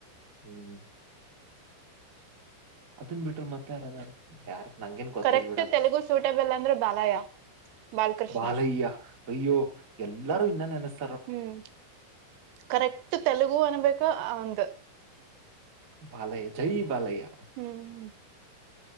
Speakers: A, on the right (about 30°); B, on the right (about 85°).
A: ಹ್ಮ್ ಅದನ್ ಬಿಟ್ರ ಮತ್ತೆ ಯಾರದ ಯಾರ ನಂಗೇನ್ ಗೊತ್ತಿಲ್
B: ಕರೆಕ್ಟ್
A: ಬಿಡ ಅದಷ್ಟ
B: ತೆಲುಗು ಸೂಟೇಬಲ್ ಅಂದ್ರೆ ಬಾಲಯ್ಯ ಬಾಲಕೃಷ್ಣ
A: ಬಾಲಯ್ಯ ಅಯ್ಯೋ ಎಲ್ಲಾರು ಇನ್ನ ನೆನಸ್ತ
B: ಹ್ಮ್ ಕರೆಕ್ಟ್ ತೆಲುಗು ಅನ್ಬೇಕ ಒಂದ್
A: ಬಾಲಯ್ಯ ಜೈ ಬಾಲಯ್ಯ
B: ಹ್ಮ್